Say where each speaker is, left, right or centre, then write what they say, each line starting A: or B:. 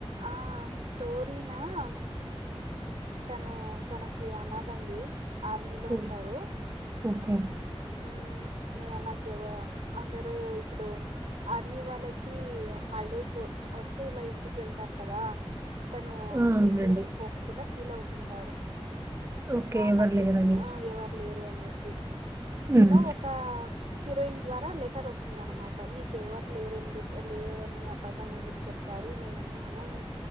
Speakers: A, on the right; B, on the right.
A: ఆ స్టోరీనా మ్ ను తనకి అనాద అండి. ఆర్మీలో
B: హ్మ్.
A: ఉంటారు.
B: ఓకే.
A: ఊ నే నాకెవ అందరూ ఇప్పుడు ఆర్మీ వాళ్ళకి హాలిడేస్ వస్తే ఇలా ఇంటికి వెళ్తారు కదా తను
B: ఆ! అవునండి.
A: ఎక్కడికి పోకకుండా ఫీల్ అవుతుంటారు
B: ఓకే.
A: ఆ
B: ఎవరు
A: నాక
B: లేరని.
A: ఆ ఎవరు లేర్ అనేసి
B: హ్మ్.
A: ఇలా ఒక హీరోయిన్ ద్వారా లెటర్ వస్తుందన్నమాట మీకు ఎవరు లేరెందుకు లేదని అబద్ధం ఎందుకు చెప్తారు నేనున్నాను